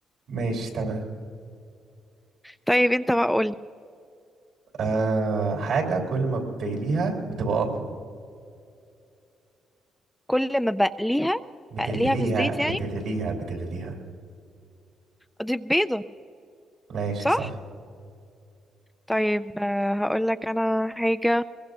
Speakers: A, on the right; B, in the centre.
A: ماشي تمام
B: طيب انت بقى قولي
A: أه حاجة كل ما بتغليها بتبقى أقوى
B: كل ما بقليها
A: بتغليها
B: اقليها في الزيت يعني
A: بتغليها بتغليها
B: اضيف بيضة
A: ماشي
B: صح؟
A: صح
B: طيب آه، هقولك انا حاجة